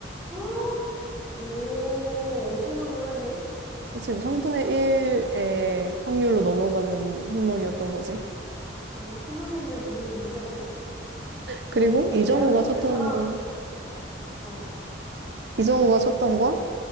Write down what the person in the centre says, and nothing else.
<gasps> 오, 엄청난 걸 했네.
오, 손흥민을 이을 인재네.
대한민국의
자랑.
어.